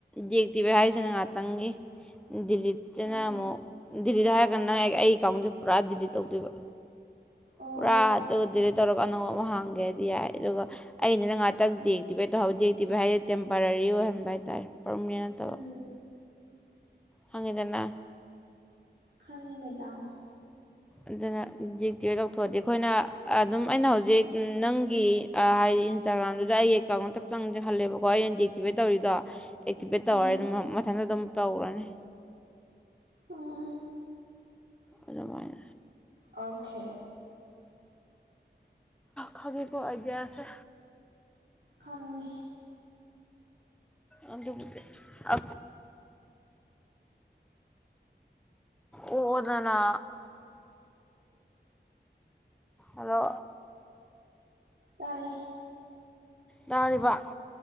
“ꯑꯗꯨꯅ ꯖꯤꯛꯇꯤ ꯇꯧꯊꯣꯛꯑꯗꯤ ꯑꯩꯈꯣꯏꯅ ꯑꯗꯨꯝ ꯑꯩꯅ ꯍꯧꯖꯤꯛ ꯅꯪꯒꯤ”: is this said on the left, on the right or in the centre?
Centre